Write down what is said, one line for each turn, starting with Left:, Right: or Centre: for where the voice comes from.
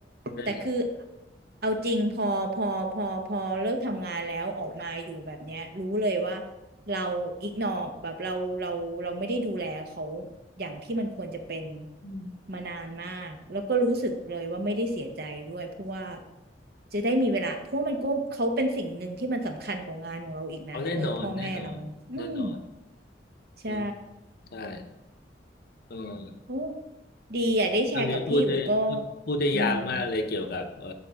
Left: เออ
Right: แต่คือเอาจริงพอพอพอพอเลิกทำงานแล้วออกมาอยู่แบบเนี้ยรู้เลยว่าเราอิกนอแบบเราเราเราไม่ได้ดูแลเขาอย่างที่มันควรจะเป็น
Left: อืม <laughs>
Right: มานานมากแล้วก็รู้สึกเลยว่าไม่ได้เสียใจด้วยเพราะว่าจะได้มีเวลาเพราะมันก็เขาเป็นสิ่งหนึ่งที่มันสำคัญกว่างานของเราอีกนะเออพ่อแม่เราอืม
Left: เอาแน่นอนแน่นอนแน่นอน
Right: ใช่
Left: อืมใช่เออ
Right: โอ้ดีอ่ะได้แชร์กับพี่อุ่นก็
Left: ตอนนี้พูดได้พูดพูดได้ยาวมากเลยเกี่ยวกับเอ่อ
Right: อืม